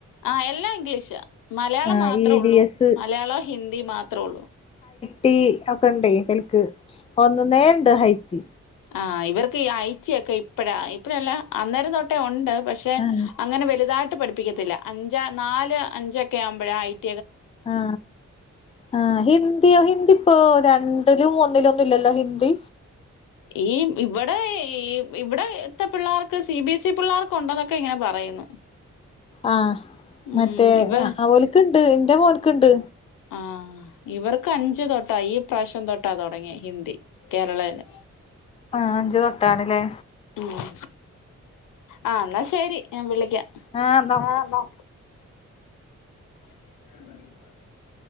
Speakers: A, on the left (about 80°); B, on the left (about 20°).
A: ആ എല്ലാം ഇംഗ്ലീഷാ മലയാളം
B: ആഹ്
A: മാത്രേ
B: ഇ
A: ഒള്ളൂ
B: വി എസ്
A: മലയാളം ഹിന്ദി മാത്രേ ഒള്ളു
B: ടി അയ്ഒക്കെ ഇണ്ട് ഒൽക്ക് ഒന്ന് നേണ്ട് ഹൈറ്റി
A: ആ ഇവർക്ക് ഈ ഐ റ്റിയൊക്കെ ഇപ്പഴാ ഇപ്പഴല്ല അന്നേരം തൊട്ടേ ഉണ്ട് പക്ഷെ
B: ആഹ്
A: അങ്ങനെ വലുതായി പഠിപ്പിക്കത്തില്ല അഞ്ച നാല് അഞ്ചൊക്കെ ആവുമ്പം <unintelligible>
B: ആ ആ ആ ഹിന്ദിയോ ഹിന്ദിപ്പൊ രണ്ടില് മൂ ന്നിലൊന്നും ഇല്ലല്ലോ ഹിന്ദി
A: ഈ ഇവിടെ ഇവിടെത്തെ പിള്ളേർക്ക് സി ബി എസ് ഇ പിള്ളേർക്ക് ഉണ്ടെന്നൊക്കെ ഇങ്ങനെ പറയുന്നു
B: ആ
A: ഉം
B: മറ്റേ
A: ഇവ
B: അവലക്ക് ഉണ്ട് എന്റെ മോൾക്കുണ്ട്
A: ആ ഇവർക്ക് അഞ്ച് തൊട്ടാ ഈ പ്രാവശ്യം തൊട്ടാ തുടങ്ങിയെ ഹിന്ദി കേരളേലേ
B: ആ അഞ്ച് തൊട്ടാണല്ലേ
A: ഉം ആ എന്നാ ശരി ഞാൻ വിളി ക്കാം
B: ആഹ് ഇന്നാ ഓക്കെ
A: ആ <unintelligible>